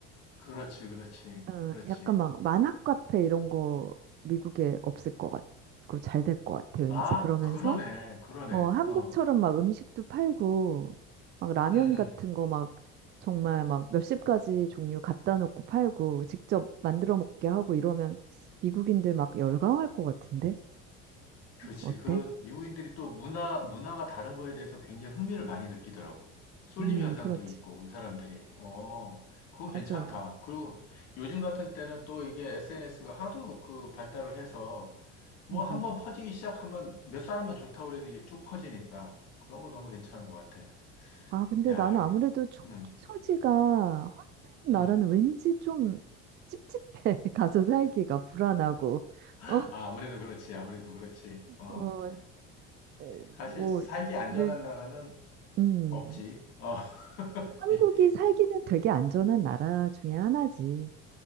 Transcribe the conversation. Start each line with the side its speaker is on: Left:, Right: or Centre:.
Left: 그렇지, 그렇지,
Right: 어,
Left: 그렇지.
Right: 약간 막 만화 카페 이런 거 미국에 없을 것 같고 잘 될 것 같아 왠지
Left: 아,
Right: 그러면서
Left: 그러네, 그러네.
Right: 어 한국처럼
Left: 어,
Right: 막 음식도 팔고 막 라면
Left: 음, 음.
Right: 같은 거 막 정말 막 몇십 가지 종류 갖다 놓고 팔고 직접 만들어 먹게 하고 이러면 미국인들 막 열광할 것 같은데
Left: 그렇지.
Right: 어때?
Left: 그 미국인들이 또 문화, 문화가 다른 거에 대해서 굉장히 흥미를 많이 느끼더라고. 쏠림
Right: 음
Left: 현상도
Right: 그렇지
Left: 있고, 이 사람들이. 어, 그거
Right: 맞아
Left: 괜찮다. 그리고 요즘 같은 때는 또 이게 SNS가 하도 그 발달을 해서 뭐
Right: 음음음음
Left: 한 번 퍼지기 시작하면 몇 사람만 좋다고 그래도 이게 쭉 퍼지니까 그런 거 너무 괜찮은 것 같아.
Right: 아, 근데
Left: 야,
Right: 나는 아무래도 총기
Left: 음,
Right: 소지가 허용되는
Left: 음.
Right: 나라는 왠지 좀 찝찝해. <laughs> 가서 살기가 불안하고.
Left: 아,
Right: 어,
Left: 아무래도 그렇지. 아무래도 그렇지. 어,
Right: 어, 에,
Left: 사실
Right: 뭐,
Left: 살기 안전한
Right: 늘,
Left: 나라는
Right: 음.
Left: 없지. 어,
Right: 한국이
Left: <laughs>
Right: 살기는 되게 안전한 나라 중에 하나지.